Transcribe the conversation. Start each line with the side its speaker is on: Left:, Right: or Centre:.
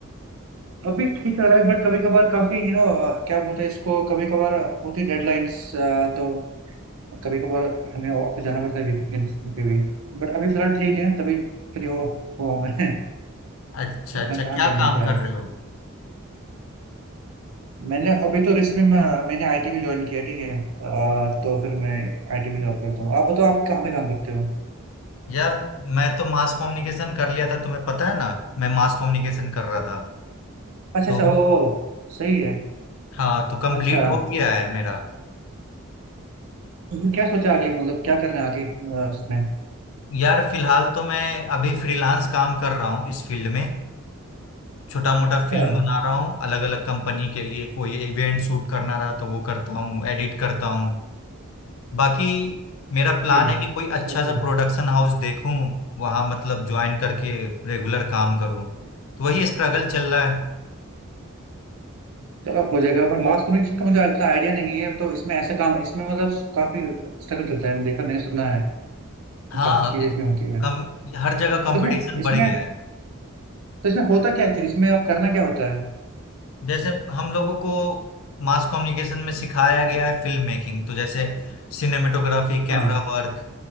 Right: अभी ठीक चल रहा है बट कभी कभार काफी यू नो क्या बोलते हैं इसको कभी कभार होती डेडलाइंस तो कभी कभार हमें ऑफिस जाना पड़ता है वीकेंड पे भी बट अभी फिलहाल ठीक है तभी फ्री हो हुआ हूँ मैं <laughs>
Left: अच्छा
Right: वरना
Left: अच्छा
Right: कहाँ
Left: क्या
Right: टाइम
Left: काम
Right: मिलता
Left: कर
Right: है
Left: रहे हो
Right: मैंने अभी तो रिसेंटली में मैंने आईटी में ज्वाइन किया ठीक है अ, तो फिर मैं आईटी में जॉब करता हूँ आप बताओ आप कहाँ पे काम करते हो
Left: यार मैं तो मास कम्युनिकेशन कर लिया था तुम्हें पता है ना मैं मास कम्युनिकेशन कर रहा था
Right: अच्छा
Left: तो
Right: अच्छा ओ सही है
Left: हाँ तो कंप्लीट
Right: अच्छा
Left: हो गया है मेरा
Right: तुमने क्या सोचा आगे मतलब क्या करना है आगे अ, उसमें
Left: यार फिलहाल तो मैं अभी फ्रीलांस काम कर रहा हूँ इस फील्ड में छोटा मोटा फिल्म
Right: अच्छा
Left: बना रहा हूँ अलग अलग कंपनी के लिए कोई इवेंट शूट करना रहा तो वो करता हूँ एडिट करता हूँ बाकी मेरा
Right: ओके
Left: प्लान
Right: अच्छा
Left: है कि कोई अच्छा
Right: अच्छा
Left: सा प्रोडक्शन हाउस देखूँ वहाँ मतलब ज्वाइन करके रेगुलर काम करूँ तो वही स्ट्रगल चल रहा है
Right: चलो हो जाएगा पर मास कम्युनिकेशन का मुझे इतना आइडिया नहीं है तो इसमें ऐसा काम इसमें मतलब काफी स्ट्रगल चलता है मैंने देखा मैंने सुना है
Left: हाँ
Right: काफी चीजें इसमें होती है
Left: कम हर जगह कंपटीशन
Right: तो इसमें इसमें
Left: बढ़ गया है
Right: तो इसमें होता क्या एक्चुअली इसमें आप करना क्या होता है
Left: जैसे हम लोगों को मास कम्युनिकेशन में सिखाया गया है फिल्म मेकिंग तो जैसे सिनेमेटोग्राफी कैमरा
Right: हाँ
Left: वर्क